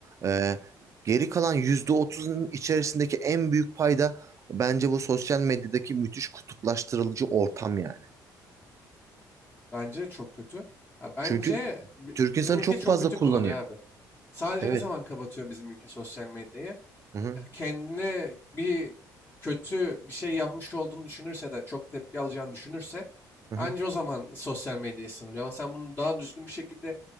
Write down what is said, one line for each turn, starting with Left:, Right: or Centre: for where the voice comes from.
Right: Ee, geri kalan yüzde 30'un içerisindeki en büyük payda bence bu sosyal medyadaki müthiş kutuplaştırılıcı ortam yani.
Left: bence çok kötü. Ya bence
Right: Çünkü
Left: bi-
Right: Türk insanı
Left: bizim ülke
Right: çok
Left: çok
Right: fazla
Left: kötü
Right: kullanıyor.
Left: kullanıyor abi. Sadece
Right: Evet.
Left: ne zaman kapatıyor bizim ülke sosyal medyayı?
Right: Hı hı.
Left: ya kendine bir kötü bir şey yapmış olduğunu düşünürse de çok tepki alacağını düşünürse
Right: Hı hı.
Left: anca o zaman sosyal medyaya sınırlıyor. Ama sen bunu daha düzgün bir şekilde